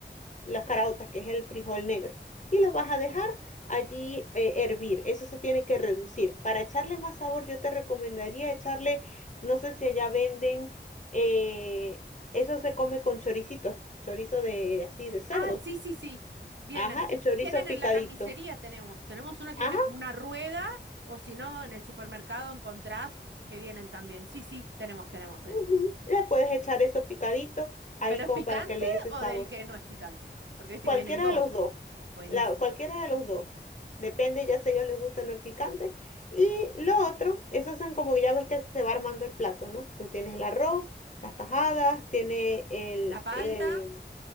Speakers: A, on the left; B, on the right.
A: las caraotas que es el frijol negro, y los vas a dejar allí eh, hervir. Eso se tiene que reducir. Para echarle más sabor, yo te recomendaría echarle, no sé si allá venden, eh, eso se come con choricitos, chorizo de así de cerdo.
B: Ah, sí, sí, sí. Vienen.
A: Ajá, el chorizo
B: Vienen en
A: picadito.
B: la carnicería tenemos. Tenemos una que
A: Ajá,
B: viene como una rueda o si no, en el supermercado encontrás que vienen también. Sí, sí, tenemos, tenemos de
A: ujú,
B: estos.
A: Le puedes echar eso picadito ahí
B: ¿Pero es
A: como
B: picante
A: para que le dé ese
B: o
A: sabor.
B: del que no es picante? Porque viste
A: Cualquiera
B: que vienen dos.
A: de los dos,
B: Buenísimo.
A: la, cualquiera de los dos. Depende ya si a ellos les gusta o no el picante. Y lo otro, esos son como ya ves que se va armando el plato, ¿no? Entonces tienes el arroz, las tajadas, tiene el,
B: La palta,
A: el-